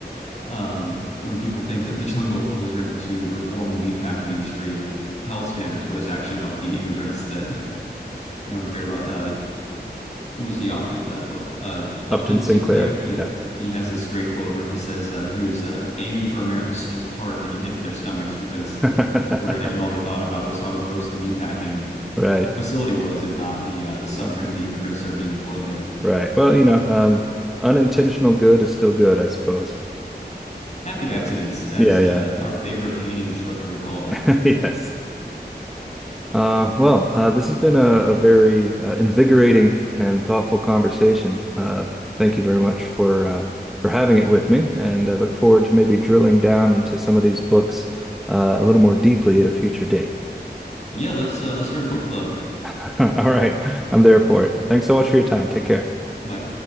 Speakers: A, on the left; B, in the centre.
A: um, when people think that The Jungle was written to reform the meatpacking industry health standards, but is actually about the immigrants that <laughs> no one cared about. Uh, who was the author of that book? Uh, Upton
B: Upton Sinclair.
A: Sinclair? Yeah.
B: Yeah.
A: He has this great quote where he says uh, he was uh, aiming for America's st- heart and he hit their stomachs because
B: <laughs>
A: people read it and all they thought about was how gross the meatpacking
B: Right.
A: facility was and not the uh, the suffering
B: Okay.
A: of the immigrants that are being employed there.
B: Right. Well, you know, um, unintentional good is still good, I suppose.
A: Happy accidents,
B: Um,
A: as
B: yeah, yeah.
A: uh, our favorite painting instructor would call them.
B: <laughs> Yes. Uh, well, uh, this has been a, a very uh, invigorating and thoughtful conversation. Uh, thank you very much for uh, for having it with me, and I look forward to maybe drilling down into some of these books uh, a little more deeply at a future date.
A: Yeah, let's uh, let's start a book club.
B: <laughs> All right, I'm there for it. Thanks so much for your time. Take care.
A: Bye.